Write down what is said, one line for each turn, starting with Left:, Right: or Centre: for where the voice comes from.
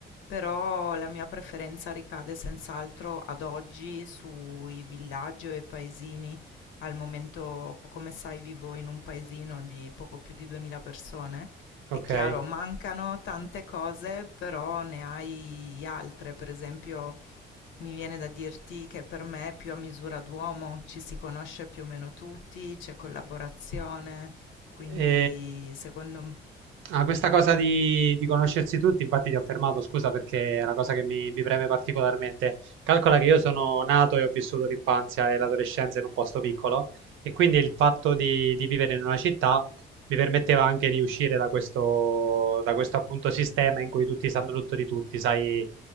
Left: Però la mia preferenza ricade senz'altro ad oggi sui villaggi o i paesini. Al momento, come sai, vivo in un paesino di poco più di 2000 persone.
Right: ok.
Left: È chiaro, mancano tante cose, però ne hai altre, per esempio. Mi viene da dirti che per me è più a misura d'uomo, ci si conosce più o meno tutti, c'è collaborazione, quindi
Right: E
Left: secondo,
Right: Ah, questa cosa di, di conoscersi tutti, infatti ti ho fermato, scusa perché è una cosa che mi, mi preme particolarmente. Calcola che io sono nato e ho vissuto l'infanzia e l'adolescenza in un posto piccolo e quindi il fatto di, di vivere in una città mi permetteva anche di uscire da questo, da questo appunto sistema in cui tutti sanno tutto di tutti, sai,